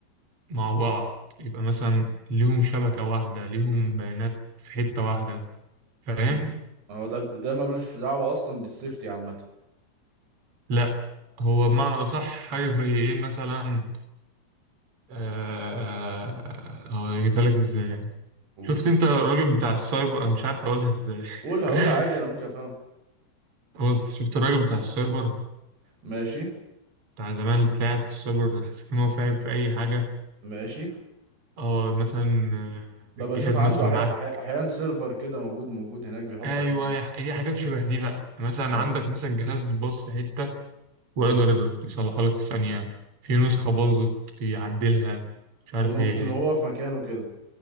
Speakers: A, on the right; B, on the right.
A: مع بعض يبقى مثلا ليهم شبكة واحدة ليهم بيانات في حتة واحدة فاهم؟
B: امم هو ده ده ملوش دعوه اصلا بالسيفتي عامه
A: لا هو بمعنى أصح حاجة زي إيه مثلا آه، هو أجيبها لك إزاي؟
B: قول
A: شفت أنت الراجل بتاع السايبر أنا مش عارف أقولها إزاي
B: قولها
A: <laughs>
B: قولها عادي انا ممكن افهمها
A: بص شفت الراجل بتاع السايبر
B: ماشي
A: بتاع زمان اللي طلعت في السايبر حسيت إن هو فاهم في أي حاجة
B: ماشي
A: أه مثلا آه،
B: ببقى
A: الجهاز
B: اشوف عنده
A: مثلا
B: أحي...
A: معاك
B: أحي... احيانا سيرفر كده موجود موجود هناك بيحط
A: أيوه
B: عليه ال-
A: هي حاجات شبه دي بقى مثلا
B: اه
A: عندك مثلا جهاز باظ في حتة ويقدر يصلحها لك في ثانية في نسخة باظت يعدلها مش عارف
B: وم-
A: ايه
B: وان هو في مكانه كده